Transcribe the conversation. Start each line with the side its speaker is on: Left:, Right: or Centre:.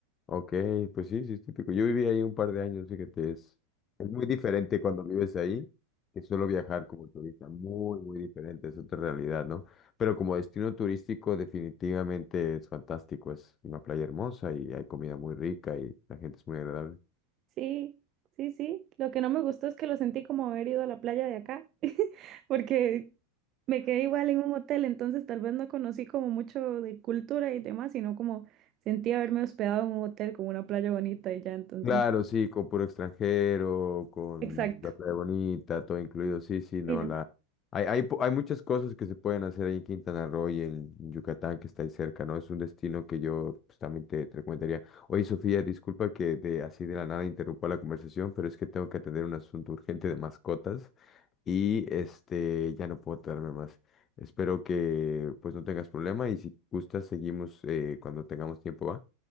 Left: Ok, pues sí, sí es típico. Yo viví ahí un par de años, fíjate, es, es muy diferente cuando vives ahí que solo viajar como turista, muy, muy diferente, es otra realidad, ¿no? Pero como destino turístico definitivamente es fantástico, es una playa hermosa y hay comida muy rica y la gente es muy agradable.
Right: Sí, sí, sí. Lo que no me gustó es que lo sentí como haber ido a la playa de acá, <laughs> porque me quedé igual en un hotel, entonces tal vez no conocí como mucho de cultura y demás, sino como sentí haberme hospedado en un hotel con una playa bonita y ya, entonces.
Left: Claro, sí, con puro extranjero, con
Right: Exacto.
Left: la playa bonita, todo incluido. Sí, sí, no,
Right: Sí, ¿no?
Left: la... Hay, hay, po- hay muchas cosas que se pueden hacer ahí en Quintana Roo y en Yucatán, que está ahí cerca, ¿no? Es un destino que yo pues, también te, te recomendaría. Oye, Sofía, disculpa que de, así de la nada interrumpa la conversación, pero es que tengo que atender un asunto <laughs> urgente de mascotas y este, ya no puedo tardarme más. Espero que pues no tengas problema y si gustas seguimos eh, cuando tengamos tiempo, ¿va?